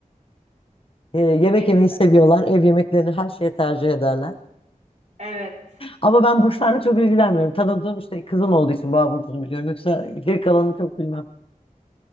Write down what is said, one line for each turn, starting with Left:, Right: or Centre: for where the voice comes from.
Left: Ee, yemek
Right: Ne
Left: yemeyi
Right: güzel.
Left: seviyorlar. Ev yemeklerini her şeye tercih ederler.
Right: Evet.
Left: Ama ben burçlarla çok ilgilenmiyorum. Tanıdığım işte kızım olduğu için boğa burcunu biliyorum. Yoksa geri kalanını çok bilmem.